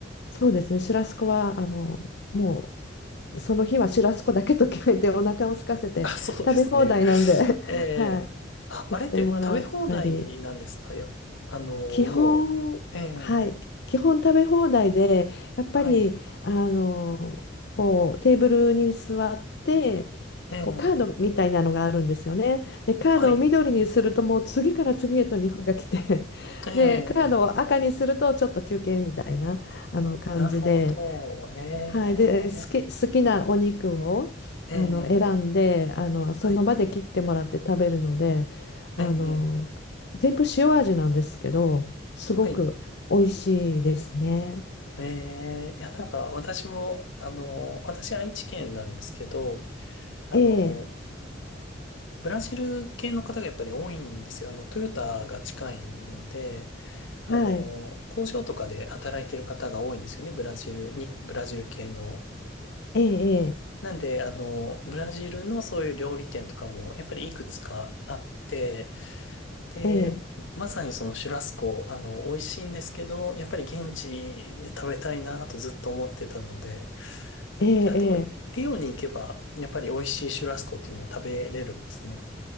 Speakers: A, on the left; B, on the left.
A: そうですね、シュラスコは、あの、もうその日はシュラスコだけと決めてお腹を空かせて食べ放題なんで、
B: あ、そうですね。ええ、
A: <laughs> はい。
B: あ、あれって食べ放題なんですかやあの、
A: 行ってもらったり。
B: もう。
A: 基本、
B: ええ、
A: はい、基本食べ放題で、やっぱり、
B: はい。
A: あの、こう、テーブルに座って、
B: ええ、
A: こう、カードみたいなのがあるんですよね。で、カードを緑にすると、
B: はい。
A: もう次から次へと肉が来て、<laughs>
B: ええ、
A: で、カードを赤にすると、ちょっと休憩みたいな、あの、感じで、
B: なるほど。ええ、
A: はい、で、好き、好きなお肉をあの選んであの、
B: ええ、
A: その場で切ってもらって食べるので、
B: はい。
A: あの全部塩味なんですけど、
B: ええ、
A: すごく美味しいですね。
B: はい。ええ、いや、なんか、私も、あの、私、愛知県なんですけど、あの、
A: ええ、
B: ブラジル系の方がやっぱり多いんですよ。あの、トヨタが近いので、あの、
A: はい、
B: 工場とかで働いてる方が多いんですよね、ブラジルに、ブラジル系の。
A: ええ、
B: なんで、あの、ブラジルのそういう料理店とかも、やっぱりいくつかあって、で、
A: ええ、
B: まさにそのシュラスコ、あの、美味しいんですけど、やっぱり現地で食べたいなとずっと思ってたので、
A: ええ、
B: じゃあでも、
A: ええ、
B: リオに行けば、やっぱり美味しいシュラスコっていうのは食べれるんですね。